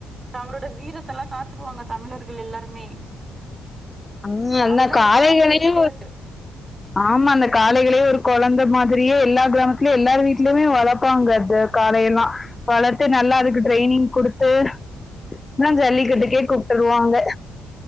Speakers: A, on the right; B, on the left.
A: தங்களோட வீரத்தல்லா காட்டுவாங்க தமிழர்கள் எல்லாருமே
B: ம் எல்லா
A: அதுதா
B: காளைகளையு
A: ஒரு பாரம்பரிய விளையாட்டு
B: ஆமா அந்த காளைகளே ஒரு கொழந்த மாதிரியே எல்லா கிராமத்துலயு எல்லார் வீட்லயுமே வளப்பாங்க அது காளையெல்லா வளத்து நல்லா அதுக்கு ட்ரெய்னிங் குடுத்து அப்ற ஜல்லிகட்டுக்கே கூப்ட்டருவாங்க